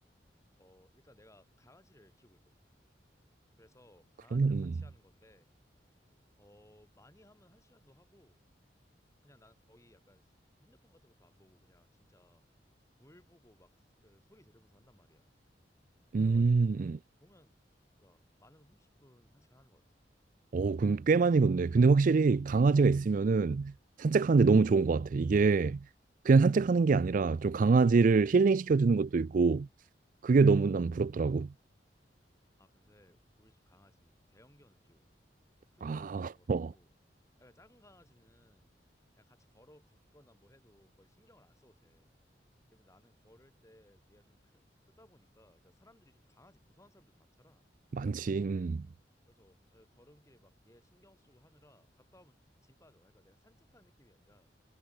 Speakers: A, on the left (about 15°); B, on the right (about 50°).
A: 어, 일단 내가 강아지를 키우고 있거든. 그래서 강아지랑
B: 그러면, 음,
A: 같이 하는 건데, 어, 많이 하면 한 시간도 하고, 그냥 나는 거의 약간 핸드폰 같은 것도 안 보고 그냥 진짜 물 보고 막 그 소리 들으면서 한단 말이야. 그래가지고
B: 음, 음.
A: 보면 뭐라 많으면 30분 한 시간 하는 것 같아.
B: 오, 그럼 꽤 많이 걷네. 근데 확실히 강아지가 있으면은 산책하는데
A: 어.
B: 너무 좋은 것 같아. 이게 그냥 산책하는 게 아니라 좀 강아지를 힐링시켜주는 것도 있고 그게 너무 난 부럽더라고.
A: 아 근데 우리 집 강아지는 좀 대형견을 키우거든. 좀 큰
B: 아,
A: 강아지 키워가지고
B: <laughs> 어,
A: 약간 작은 강아지는 그냥 같이 걸어 걷거나 뭐 해도 거의 신경을 안 써도 돼. 근데 나는 걸을 때 얘가 좀 크, 크다 보니까 일단 사람들이 좀 강아지 무서운 사람들도 많잖아
B: 많지.
A: 세상에.
B: 음.
A: 그래서 그 걸음길에 막 얘 신경 쓰고 하느라 갔다 오면 좀 짐 빠져. 그러니까 내가 산책하는 느낌이 아니라